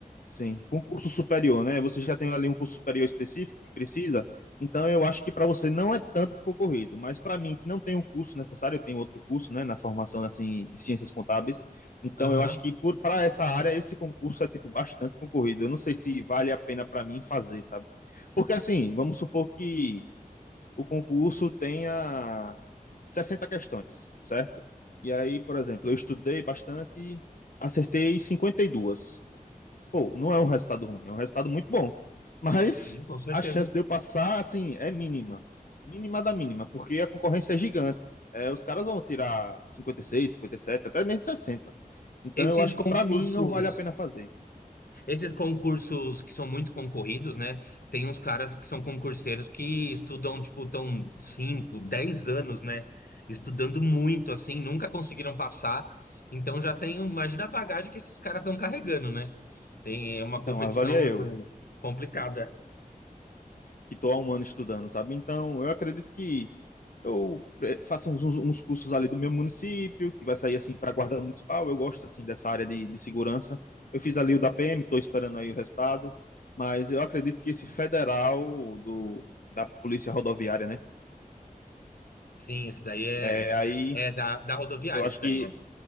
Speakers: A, on the left (about 65°); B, on the left (about 80°).
A: sim, concurso superior, né? Você já tem ali um curso superior específico que precisa. Então eu acho que para você não é tanto concorrido, mas para mim que não tem um curso necessário, eu tenho outro curso, né, na formação assim de ciências contábeis. Então
B: Aham,
A: eu acho que por para essa área esse concurso é tipo bastante concorrido. Eu não sei se vale a pena para mim fazer, sabe? Porque assim, vamos supor que o concurso tenha 60 questões, certo? E aí, por exemplo, eu estudei bastante, acertei 52. Pô, não é um resultado ruim, é um resultado muito bom. <laughs> Mas
B: sim, com certeza.
A: a chance de eu passar, assim, é mínima. Mínima da mínima, porque a concorrência é gigante. É, os caras vão tirar cinquenta cinquenta e seis, cinquenta e sete, até mesmo 60. Então
B: Esses
A: eu acho
B: concursos
A: que para mim não vale a pena fazer.
B: Esses concursos que são muito concorridos, né? Tem uns caras que são concurseiros que estudam, tipo, tão 5, 10 anos, né? Estudando muito, assim, nunca conseguiram passar. Então já tem, um, imagina a bagagem que esses caras estão carregando, né? Tem é uma
A: Então,
B: competição
A: avalia eu,
B: complicada.
A: que tô há um ano estudando, sabe? Então, eu acredito que Eu pre- faço uns, uns cursos ali do meu município, que vai sair assim para a guarda municipal. Eu gosto assim dessa área de, de segurança. Eu fiz ali o da PM, estou esperando aí o resultado. Mas eu acredito que esse federal do, da Polícia Rodoviária, né?
B: Sim, esse daí é,
A: É, aí
B: é da, da rodoviária,
A: eu acho
B: esse daí.
A: que
B: é.